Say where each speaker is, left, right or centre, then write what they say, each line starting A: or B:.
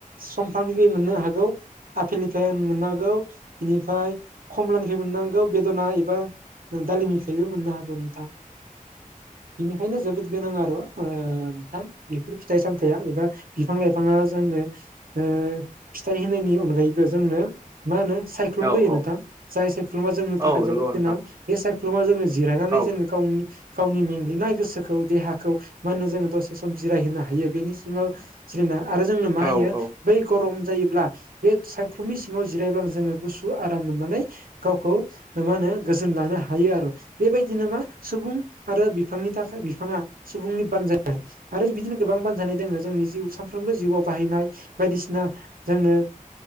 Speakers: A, on the right (about 85°); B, on the right (about 20°).
A: समफ्रामनि मोननो हागौ आफेलनिफ्राय उम मोननो हागौ। बेनिफ्राय कमलानिफ्राय मोननो नांगौ बेदना एबा दालिमनिफ्रायबो मोननो हागौ नोंथां। बिनिखायनो जोबोद गोनां आरो ओ नोंथां बेफोर फिथाइ सामथायाइया एबा बिफां लाइफाङा जोंनो ओ फिथाइ होनायनायनि अनगायैबो जोंनो मा होनो साइक्लुुम
B: औ
A: होयो
B: औ
A: नोंथां। जाय सायख्लुमा जोंनि थाखाय
B: औ
A: जोबोद
B: नंगौ
A: गोनां
B: नोंथां
A: बे सायख्लुमा जोङो जिरायनानै
B: औ
A: जोङो गावनि गावनि मेंग्लिनाय गोसोखौ देहाखौ मा होनो जोङो दसे सम जिरायहोनो हायो बेनि सिङाव जिरिना आरो जोंनो मा
B: औ
A: होयो
B: औ
A: बै गरम जायोब्ला बे सायख्लुमनि सिङाव जिरायब्लानो जोङो गुसु आराम मोननानै गावखौ मा होनो गोजोन लानो हायो आरो। बेबायदिनो मा सुबुं आरो बिफांनि थाखाय बिफाङा सुबुंनि बानजायनाय आरो बिदिनो गोबां बानजानाय दङो जोंनि जिउ सानफ्रोमबो जिउआव बाहायनाय बायदिसिना जोंनो